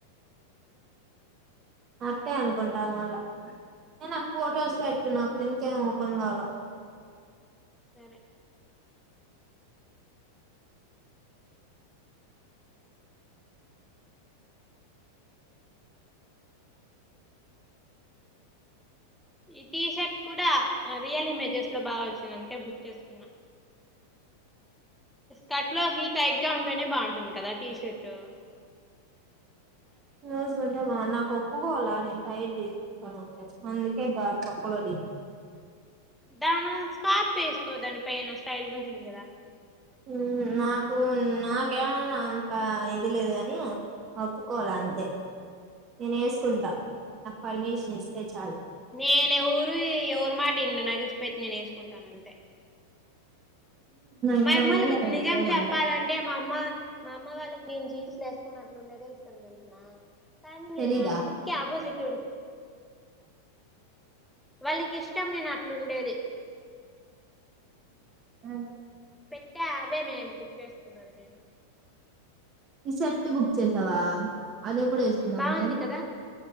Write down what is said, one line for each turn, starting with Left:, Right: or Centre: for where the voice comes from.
Right: అట్టే అనుకుంటారు మళ్ళా నే నాకు ఫోటోస్ పెట్టు నాకు లింకేం ప్పంగాల
Centre: సరే ఈ టీషర్ట్ కూడా రియల్ ఇమేజెస్ లో బాగా వచ్చింది అందుకే బుక్ చేసుకున్నా కట్లోకి టైట్ గా ఉంటేనే బావుంటుంది కదా టీషర్టు
Right: రోజుకొంటా బాగున్ను నాకు ఒప్పుకోవాల నేను టైర్ది అందుకే దా తొక్క లోది
Centre: దాను స్కార్ప్ వేసుకో దాని పైన స్టైల్ గా ఉంటుంది కదా
Right: హ్మ్ నాకు నాకేమ అంత ఇది లేదు గాని ఒప్పుకోల అంతే నేనెసు కుంట నాకు పర్మిషన్ ఇస్ ఏ చాలు
Centre: నేను ఎవరు ఎవరు మాటవినను నాకు ఇష్టమైతే నేను వేసుకుంటాను అం
Right: ఇంట్లో
Centre: మా యమ్మోళ్ళకి
Right: వాళ్ళు కూడా
Centre: నిజం
Right: అట్లేమనరు
Centre: చెప్పాలంటే మా అమ్మ మా అమ్మ వాళ్ళకి నేను జీన్స్ లేేసుకుని అట్లుండేదే ఇష్టం తెలిసిన కానీ నేను
Right: తెలీదా
Centre: అన్నిటికీ ఆపోజిట్ వాళ్ళకి ఇష్టం నేను అట్లుండేది
Right: ఆ
Centre: పెట్టే అవే మేము బుక్ చేసుకున్నది నేను
Right: ఈషర్ట్ బుక్ చేసావా అది ఎప్పుడు వేసుకుందామని
Centre: బాగుంది కదా